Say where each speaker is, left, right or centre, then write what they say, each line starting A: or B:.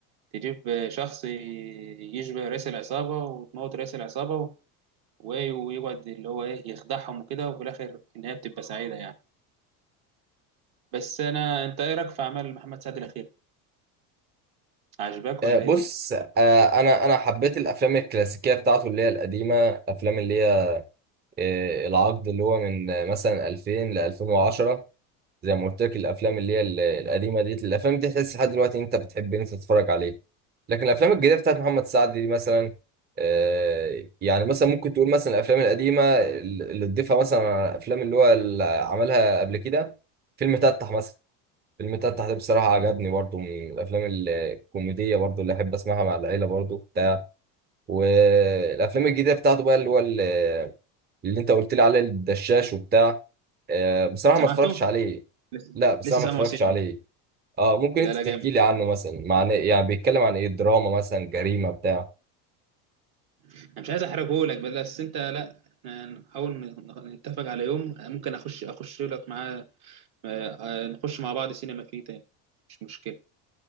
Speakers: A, on the right; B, on the right.
A: تجيب شخص يشبه رئيس العصابه وتموت رئيس العصابه و- ويقعد اللي هو ايه يخدعهم وكده وفي الاخر النهايه بتبقى سعيده يعني بس انا انت ايه رايك في اعمال محمد سعد الاخير عجبك
B: آه،
A: ولا
B: بص
A: ايه دي
B: آه، انا انا حبيت الافلام الكلاسيكيه بتاعته اللي هي القديمه افلام اللي هي آه، العقد اللي هو من آه، مثلا 2000 ل 2010 زي ما قلت لك الافلام اللي هي ال- القديمه دي الافلام دي تحس لحد دلوقتي انت بتحب ان انت تتفرج عليها لكن الافلام الجديده بتاعت محمد سعد دي مثلا آه، يعني مثلا ممكن تقول مثلا الافلام القديمه اللي تضيفها مثلا على الافلام اللي هو اللي عملها قبل كده فيلم تتح مثلا فيلم تتح ده بصراحه عجبني برضو من الافلام الكوميديه برضو اللي احب اسمعها مع العيله برضو بتاع والافلام الجديده بتاعته بقى اللي هو اللي, اللي انت قلت لي عليه الدشاش وبتاع آه، بصراحه
A: سمعته
B: ما اتفرجتش عليه
A: لسه
B: لا بصراحه
A: لسه
B: ما
A: سامعه
B: اتفرجتش
A: سين
B: عليه اه ممكن
A: لا
B: انت
A: لا
B: تحكي
A: جامد
B: لي عنه مثلا معناه يعني بيتكلم عن ايه دراما مثلا جريمه بتاع
A: انا مش عايز احرجه لك بس انت لا احنا نحاول ن- نتفق على يوم ممكن اخش اخش لك معاه آه، آه، نخش مع بعض سينما فيه تاني مش مشكلة